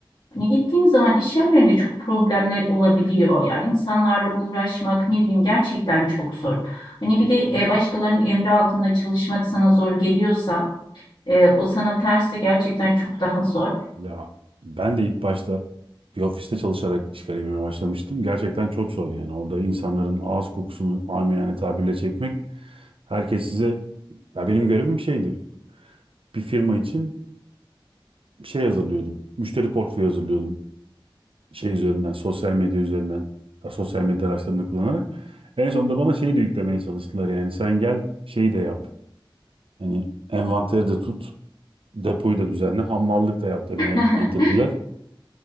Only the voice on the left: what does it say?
Hani gittiğin zaman iş yerlerinde çok problemler olabiliyor. Yani insanlarla uğraşmak ne bileyim gerçekten çok zor. Hani bir de e, başkalarının emri altında çalışmak sana zor geliyorsa e, o sana terse gerçekten çok daha zor.
<laughs>